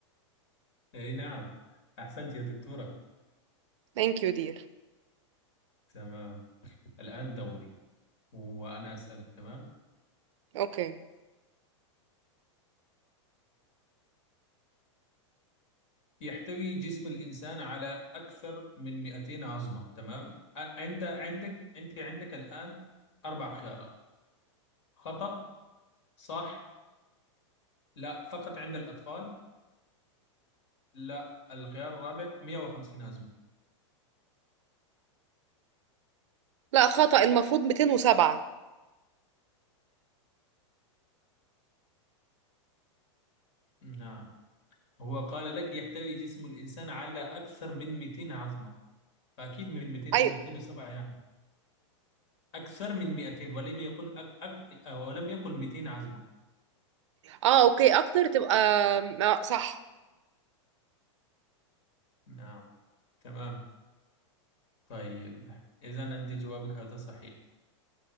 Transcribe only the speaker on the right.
thank you dear
أوكي
لا خطأ المفروض 207
أيوة
أه أوكي أكتر تبقى آم، آه صح